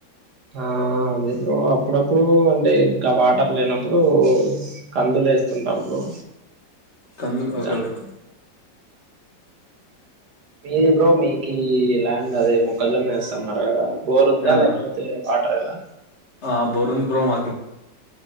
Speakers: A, on the right; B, on the left.
A: ఆ అదే బ్రో అప్పుడప్పుడు అంటే ఇంకా వాటర్ లేనప్పుడు కందులు వేస్తుంటారు బ్రో
B: కందులు ఓకే
A: దానికి
B: బ్రో
A: మీ బ్రో మీకు ఈ ల్యాండ్ అదే మక్కజొన్నవెస్తంన్నారు కదా బోరు ఉందా
B: యా
A: లేకపోతే
B: బ్రో
A: వాటర్ ఎలా
B: ఆ బోర్ ఉంది బ్రో మాకి